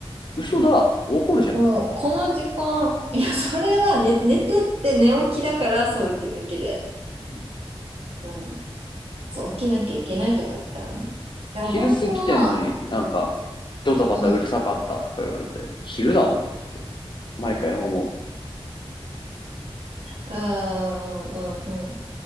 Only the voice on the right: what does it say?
うん。この時間、いや、それは寝、寝てって寝起きだからそう言ってるだけで。
うん。そう、起きなきゃいけないとかだったらね。だから本当は、
うん。
うーん、うん、うん。